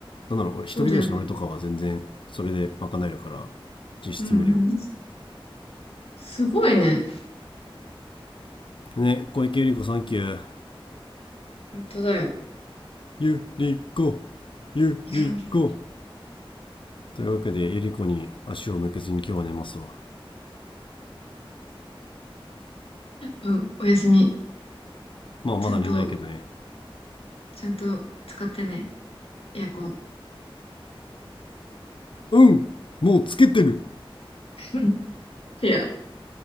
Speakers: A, on the left; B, on the left.
A: なんだろう俺一人暮らしの俺とかは全然それで賄えるから
B: そうだよね。
A: 実質無料
B: うんうん。すごいね。
A: ね小池百合子サンキュー
B: 本当だよ。
A: ゆりこゆりこ
B: <laughs>
A: というわけでエリコに足を向けずに今日は寝ますわ
B: うん、おやすみ。
A: まあまだ寝ないけどね
B: ちゃんと、ちゃんと使ってね、エアコン。
A: うんもうつけてる
B: <laughs> うんいや、